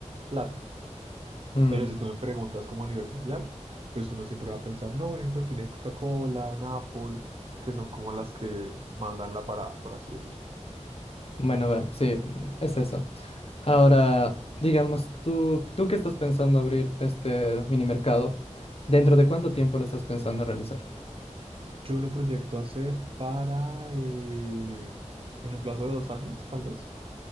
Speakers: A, on the right; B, on the left.
A: plata.
B: Mm,
A: Pero si tú me preguntas como a nivel mundial, pues uno siempre va a pensar, no, voy a invertir en Coca-Cola, en Apple, que son como las que mandan la parada, por así decirlo.
B: bueno, va, sí, mm, es eso. Ahora, digamos, tú, tú que estás pensando abrir este mini mercado, ¿dentro de cuánto tiempo lo estás pensando realizar?
A: Yo lo proyecto hacer para, eh, en un plazo de dos años, tal vez.